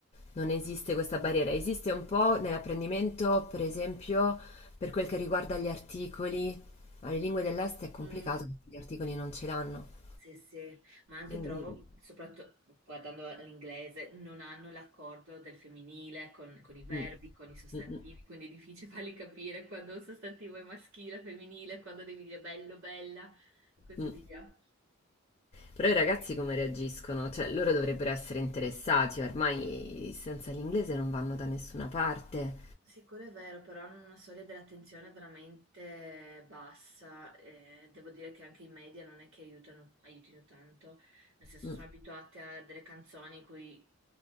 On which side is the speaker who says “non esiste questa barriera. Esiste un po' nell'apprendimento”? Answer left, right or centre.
Left